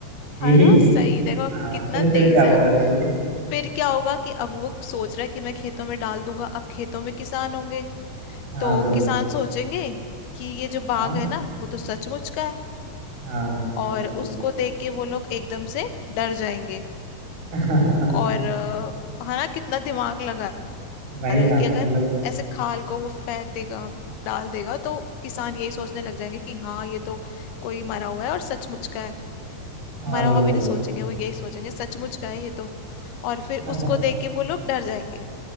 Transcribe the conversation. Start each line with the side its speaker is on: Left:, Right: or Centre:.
Right: जी
Left: है ना सही देखो
Right: हाँ
Left: कितना
Right: फिर फिर
Left: तेज
Right: क्या हुआ
Left: है
Right: बताइए
Left: फिर क्या होगा कि अब वो सोच रहा है कि मैं खेतों में डाल दूंगा अब खेतों में किसान होंगे
Right: हाँ
Left: तो
Right: बिल्कुल
Left: किसान सोचेंगे कि ये जो बाघ
Right: हाँ
Left: है ना वो तो सचमुच का है
Right: हाँ मिलता
Left: और
Right: डुलता
Left: उसको देख के वो लोग एकदम से डर जाएंगे
Right: <laughs>
Left: और अ, है ना कितना दिमाग लगा
Right: वही
Left: रहा
Right: ना
Left: है कि अगर
Right: मतलब
Left: ऐसे खाल को वो फेंक देगा डाल देगा तो किसान यही सोचने लग जाएंगे कि हाँ ये तो कोई मरा हुआ है और सचमुच का है मरा
Right: हाँ बिल्कुल
Left: हुआ भी नहीं सोचेंगे वो यही सोचेंगे सचमुच का है ये तो और फिर
Right: <laughs>
Left: उसको देख के वो लोग डर जाएंगे